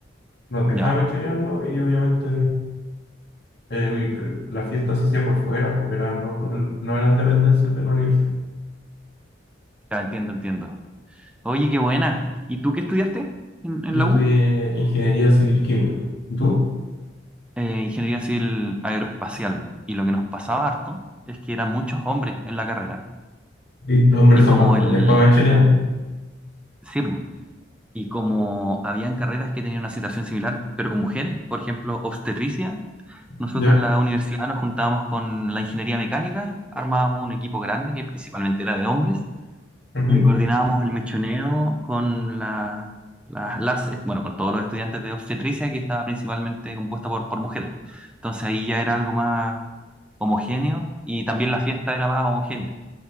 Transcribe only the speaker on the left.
nos dejaba
mechorearnos y obviamente el- la fiesta se hacía por fuera, porque era- no, no eran dependencias de la universidad.
Yo
estudié
ingeniería civil química. ¿Y tú?
Sí, los hombres
son
más crueles
para machonear.
¿Ya?
ujú,